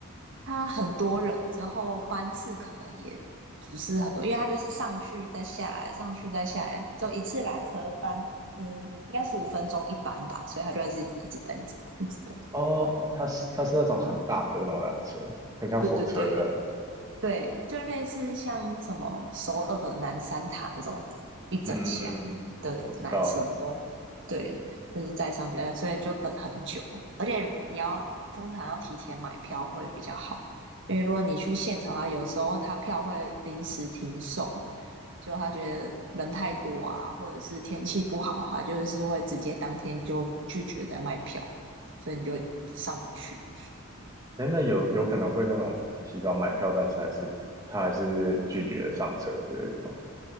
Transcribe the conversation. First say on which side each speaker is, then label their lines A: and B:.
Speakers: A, on the right; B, on the right.
A: 他很多人，之后班次可能也不是很多，因为他就是上去再下来，上去再下来，就一次缆车班，嗯，应该十五分钟一班吧，所以他就一直一直等，一直等，一直等。
B: 哦哦，它是他是那种很大的那种缆车，很像火车的那种。
A: 对对对，对，就类似像那什么首尔南山塔那种一整箱的缆车都，
B: 嗯嗯嗯，我知道。
A: 对，就是在上面，所以就等很久，而且你要通常要提前买票会比较好，因为如果你去现场啊，有时候他票会临时停售，就他觉得人太多啊，或者是天气不好啊，他就是会直接当天就拒绝再卖票，所以你就上不去。
B: 哎，那有有可能会那种提早买票，但是还是他还是拒绝上车之类的吗？